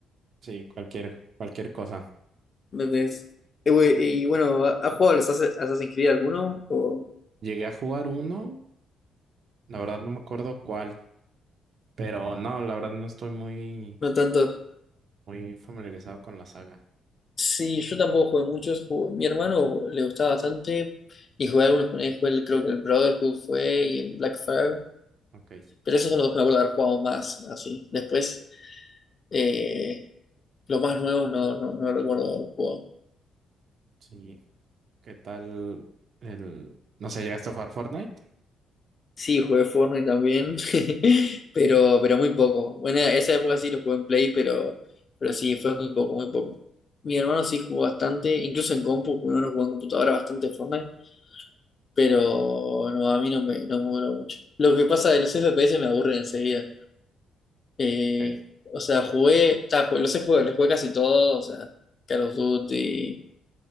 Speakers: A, on the right; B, on the left.
A: sí, cualquier, cualquier cosa.
B: entonces Eh, güey, y bueno, ¿ha- ¿has jugado a los Assassin's Assassin's Creed alguno? ¿O
A: Llegué a jugar uno, la verdad no me acuerdo cuál, pero no, la verdad no estoy muy,
B: no tanto?
A: muy familiarizado con la saga.
B: Sí, yo tampoco jugué muchos. Jugué- Mi hermano le gustaba bastante y jugué algunos con él. Jugué el- creo que el Brotherhood fue y el Black Flag.
A: Ok.
B: Pero esos son los dos que me acuerdo de haber jugado más, así. Después, eh, los más nuevos no, no, no recuerdo los juegos
A: Sí. ¿Qué tal el... No sé, ¿llegaste a jugar Fortnite?
B: Sí, jugué Fortnite también, <laughs> pero, pero muy poco. Bueno, esa época sí lo jugué en Play, pero, pero sí, fue muy poco, muy poco. Mi hermano sí jugó bastante, incluso en compu, porque uno jugó en computadora bastante Fortnite, pero no, a mí no me, no me duró mucho. Lo que pasa de los FPS me aburren enseguida. Eh,
A: Ok,
B: o sea, jugué, ta, jugué- los he jugado, los jugué casi todos, o sea, Call of Duty,